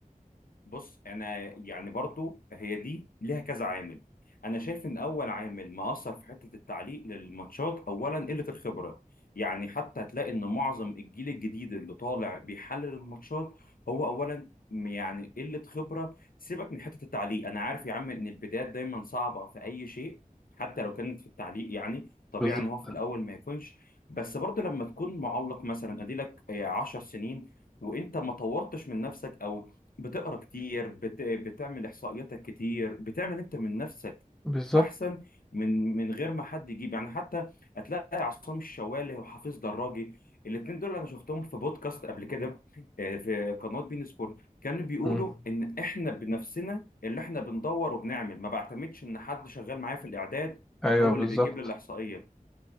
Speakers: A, on the left; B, in the centre.
A: بص انا يعني برضو هي دي ليها كذا عامل انا شايف ان اول عامل مأثر في حتة التعليق للماتشات اولا قلة الخبرة يعني حتى هتلاقي ان معظم الجيل الجديد اللي طالع بيحلل الماتشات هو اولا م- يعني قلة خبرة سيبك من حتة التعليق انا عارف يا عم ان البدايات دايما صعبة في اي شيء حتى لو كانت في التعليق يعني طبيعي
B: بالظبط
A: ان هو في الاول ما يكونش بس برضو لما تكون معلق مثلا اديلك آه، 10 سنين وانت ما طورتش من نفسك او بتقرا كتير بت... بتعمل احصائياتك كتير بتعمل انت من نفسك
B: بالظبط
A: احسن من من غير ما حد يجيب يعني حتى هتلاقي عصام الشوالي وحفيظ دراجي الاثنين دول انا شفتهم في بودكاست قبل كده آه، في قناه بين سبورت كانوا بيقولوا
B: مم.
A: ان احنا بنفسنا اللي احنا بندور وبنعمل ما بعتمدش ان حد شغال معايا في الاعداد
B: ايوه
A: هو
B: بالظبط
A: اللي بيجيب لي الاحصائيه